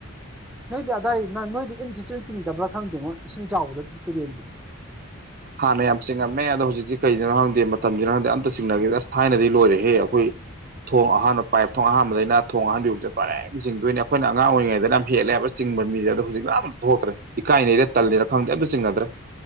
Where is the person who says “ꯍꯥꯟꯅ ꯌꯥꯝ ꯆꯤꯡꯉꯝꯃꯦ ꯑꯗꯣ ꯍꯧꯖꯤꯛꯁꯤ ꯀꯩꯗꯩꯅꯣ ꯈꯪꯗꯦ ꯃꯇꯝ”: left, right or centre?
Right